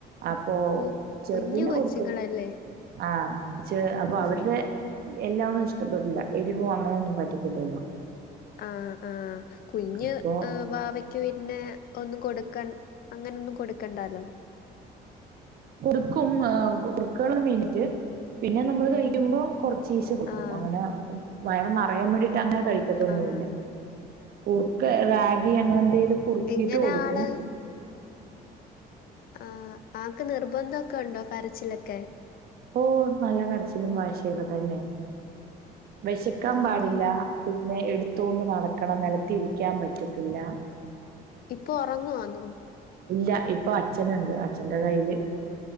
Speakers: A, on the right; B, on the left.
A: അപ്പൊ
B: ഓ
A: ചെറുതിന്
B: കുഞ്ഞു കൊച്ചുങ്ങളല്ലേ
A: കൊടുക്ക ആഹ് ച്ച് അപ്പൊ അവരുടെ
B: ആഹ്
A: എല്ലാം ഒന്നും ഇഷ്ടപ്പെടില്ല എരിവും അങ്ങനൊന്നും പറ്റത്തില്ലല്ലോ.
B: ആഹ് ആഹ് കുഞ്ഞ്
A: അപ്പൊ
B: ഏഹ് വാവ ക്ക് പിന്നെ ഒന്നും കൊടുക്കൻ അങ്ങനെ ഒന്നും കൊടുക്കണ്ടല്ലോ
A: കൊടുക്കും ആഹ് കുറുക്കുള്ള മീനിറ്റ് പിന്നെ നമ്മൾ കഴിക്കുമ്പോ കൊറച്ചീശെ കൊടുക്കും
B: ആഹ്
A: അങ്ങനെ വയറ് നിറയാൻ വേണ്ടീട്ട് അങ്ങനെ കഴിക്കത്തൊന്നുല്ല
B: ആഹ്
A: കുറുക്ക റാഗി അങ്ങനെ എന്തെലും കുറുക്കിട്ട്
B: എങ്ങനെ
A: കൊടുക്കും
B: ആള് ആഹ് ആക്ക് നിർബന്ധോക്കെ ഉണ്ടോ കരച്ചിലൊക്കെ
A: ഓഹ് നല്ല കരച്ചിലും വാശിയൊക്കെ തന്നെയ വെശക്കാൻ
B: ആന്നോ
A: പാടില്ല പിന്നെ എടുത്തൊണ്ട് നടക്കണം നെലത്ത് ഇരിക്കാൻ പറ്റത്തില്ല
B: ഇപ്പൊ ഉറങ്ങുവാന്നോ
A: ഇല്ല ഇപ്പൊ അച്ഛന്ണ്ട് അച്ഛന്റെ കയ്യില്